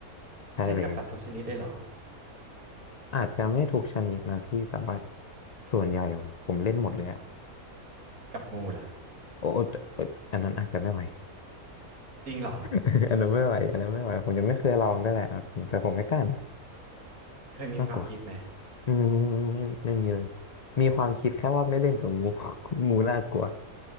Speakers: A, on the left (about 80°); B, on the right (about 70°).
A: ใช่เลย
B: เล่นกับสัตว์ทุกชนิดได้เหรอ
A: อาจจะไม่ทุกชนิดนะพี่แต่ว่าส่วนใหญ่ผมผมเล่นหมดเลยอะ
B: กับงูล่ะ
A: โอ้แต่เอออันนั้นอาจจะไม่ไหว
B: จริงเหรอ
A: <laughs> อันนั้นไม่ไหวอันนั้นไม่ไหวผมยังไม่เคยลองได้วยแหละเอาจริงแต่ผมไม่กล้านะ
B: เคยมีความคิดไหม
A: น่ากลัวอืมไม่ไม่มีเลยมีความคิดแค่ว่าไม่เล่นกับงู <laughs> งูน่ากลัว